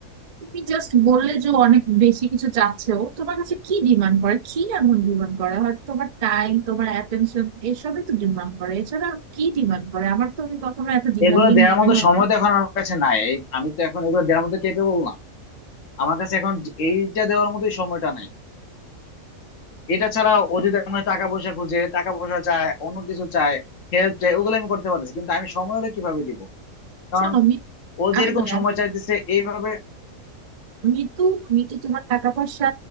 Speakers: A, on the right; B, on the left.
A: তুমি জাস্ট বললে যে ও অনেক বেশি কিছু চাচ্ছে ও তোমার কাছে কি ডিমান্ড করে কি এমন ডিমান্ড করে হয়তো তোমার টাইম তোমার অ্যাটেনশন এসবই তো ডিমান্ড করে এছাড়া আর কি ডিমান্ড করে আমার তো ওকে কখনো এত ডিমান্ডিং
B: এগুলো দেওয়ার
A: মনে
B: মতো
A: হয়
B: সময়
A: না
B: তো এখন আমার কাছে নাই এই- আমি তো এখন এগুলো দেওয়ার মতো কেপেবল না আমার কাছে এখন যে- এইটা দেওয়ার মতোই সময়টা নাই এটা ছাড়া ও যদি আমার টাকা পয়সা খুঁজে টাকা পয়সা চায় অন্য কিছু চায় হেল্প চায় ওগুলো আমি করতে পারতেছি কিন্তু আমি সময় ওরে কিভাবে দিব কারণ
A: শোনো মি-
B: ও
A: আমি
B: যেরকম
A: বলি
B: সময়
A: আমি বলি
B: চাইতেছে এইভাবে
A: মিতু মিতু তোমার টাকা পয়সা